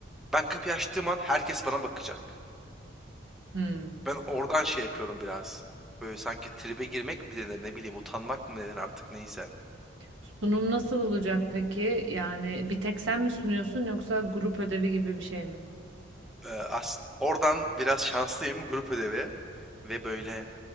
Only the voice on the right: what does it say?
Hmm.
Sunum nasıl olacak peki? Yani bir tek sen mi sunuyorsun yoksa grup ödevi gibi bir şey mi?